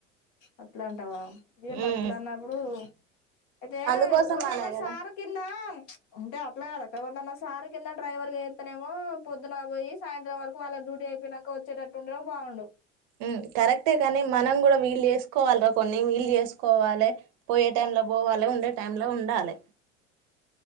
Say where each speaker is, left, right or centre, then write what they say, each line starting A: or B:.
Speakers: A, on the left (about 50°); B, on the right (about 50°).
A: అట్లా అంటావా ఏం మరి
B: ఉమ్
A: అట్లా అన్నప్పుడు ఐదే
B: అందుకోసం
A: ఓళ్ళన్నా
B: అనే కదా
A: సారు కింద అంటే అట్ల కాదా ఎవరినన్నా సారు కింద డ్రైవర్ ఏత్తేనేమో పొద్దున బొయ్యి సాయంత్రం వరకు వాళ్ళకు డ్యూటీ అయిపోయినాక వచ్చేటట్టు ఉండుడం బావుండు
B: ఉమ్ కరెక్టే కానీ మనం గుడ వీలు జేస్కోవాల్ రా కొన్ని వీల్ జేస్కోవాలె పోయే టైం ల పోవాలె ఉండే టైం ల ఉండా లె